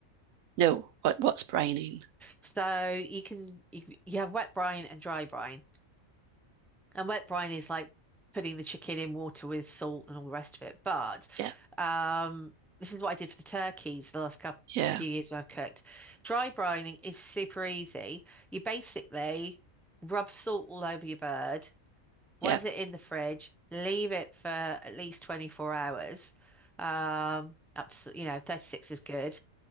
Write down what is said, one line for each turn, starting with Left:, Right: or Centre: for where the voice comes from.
Right: No, what, what's brining?
Centre: So you can you, you have wet brine and dry brine. And wet brine is like putting the chicken in water with salt and all the rest of it. But
Right: Yeah,
Centre: um, this is what I did for the turkeys the last couple
Right: yeah,
Centre: few years when I've cooked. Dry brining is super easy. You basically rub salt all over your bird, was
Right: yeah.
Centre: it in the fridge, leave it for at least 24 hours. Um, up to, you know, 36 is good.